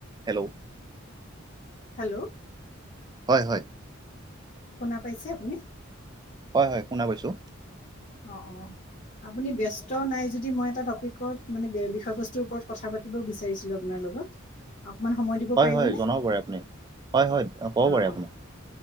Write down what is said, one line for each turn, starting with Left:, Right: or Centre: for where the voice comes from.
Right: হেল্ল'
Left: হেল্ল'
Right: হয়। হয়।
Left: শুনা পাইছে আপুনি?
Right: হয়। হয়। শুনা পাইছো।
Left: অ অ আপুনি ব্যস্ত নাই যদি মই এটা টপিকত মানে বিষয়বস্তুৰ ওপৰত কথা পাতিব বিচাৰিছিলো আপোনাৰ হেল্ল' অকণমান সময় দিব
Right: হয়
Left: পাৰিবনে?
Right: হয় জনাব পাৰে আপুনি হয় হয় ক'ব
Left: অঁ
Right: পাৰে
Left: অঁ
Right: আপুনি